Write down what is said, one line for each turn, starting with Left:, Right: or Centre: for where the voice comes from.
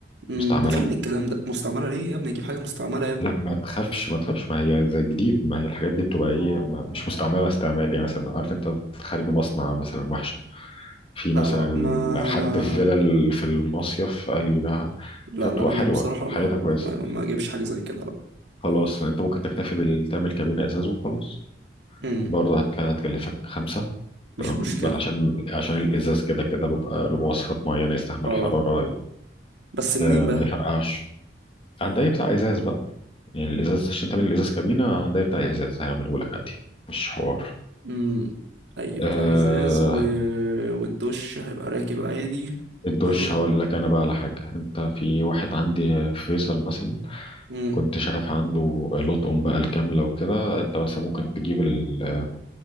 Right: امم
Left: مستعملة
Right: ده فين الكلام ده مستعملة ليه يا ابني اجيب حاجة مستعملة يا ابني
Left: لا ما تخافش ما تخافش ما هي زي جديد ما هي الحاجات دي بتبقى ايه ما- مش مستعملة استعمال يعني مثلا عارف انت خارج مصنع مثلا وحشة في
Right: لا
Left: مثلا
Right: لا
Left: ال-
Right: ما
Left: حد
Right: ما
Left: في فيلا ال- في المصيف قال لي بقى
Right: لا
Left: فبتبقى
Right: لا انا
Left: حلوة
Right: بصراحة
Left: حالتها
Right: ما ما,
Left: كويسة
Right: ما ما اجيبش حاجة زي كده لا
Left: خلاص انت ممكن تكتفي بتعمل كابينة ازاز وخلاص
Right: امم
Left: برضه هت- هتكلفك خمسة
Right: مش
Left: تمام
Right: مشكلة
Left: بقى عشان عشان الازاز كده كده بيبقى له مواصفات معينه يستحمل
Right: اه
Left: حراره
Right: بس منين
Left: آه،
Right: بقى
Left: ما يفرقعش هنداية بتاع ازاز بقى يعني الازاز عشان تعمل الازاز كابينه هنداية بتاع ازاز هيعمله لك عادي مش حوار
Right: امم اي بتاع
Left: أه
Right: ازاز و... والدش هيبقى راكب عادي
Left: الدش
Right: اه
Left: هقول لك انا بقى على حاجه انت في واحد عندي في فيصل مثلا
Right: امم
Left: كنت شايف عنده لطقم بقى الكامله وكده انت مثلا ممكن تجيب ال-